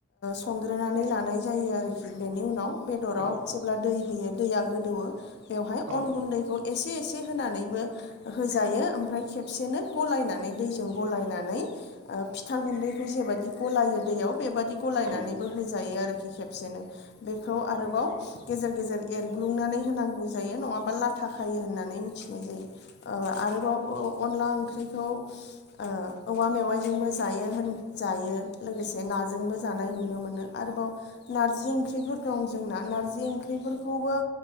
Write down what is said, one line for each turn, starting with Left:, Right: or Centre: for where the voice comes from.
Left: संग्रोनानै लानाय जायो आरो। बेनि उनाव बेदराव
Right: औ
Left: जेब्ला दै होयो दैया गोदौवो बेवहाय
Right: औ
Left: अन गुन्दैखौ एसे एसे होनानैबो होजायो ओमफ्राय खेबसेनो गलायनानै दैजों गलायनानै फिथा गुन्दैखौ जेबायदि गलायो दैयाव बेबायदि गलायनानैबो
Right: औ
Left: होजायो आरोखि खेबसेनो बेखौ आरोबाव गेजेर गेजेर एरग्लुंनानै होनांगौ जायो नङाबा लाथा खायो होननानै मिथिनाय जायो। आरोबाव अनला ओंख्रिखौ ओ औवा मेवाइजोंबो जायो होनजायो लोगोसे नाजोंबो जानाय नुनो मोनो आरोबाव नारजि ओंख्रिफोर दं जोंना नारजि ओंख्रिफोरखौबो